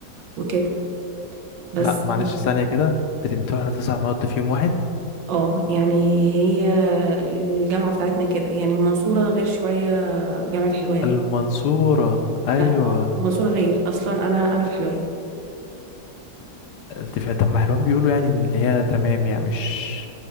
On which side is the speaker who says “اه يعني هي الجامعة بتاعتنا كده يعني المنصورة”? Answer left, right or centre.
Right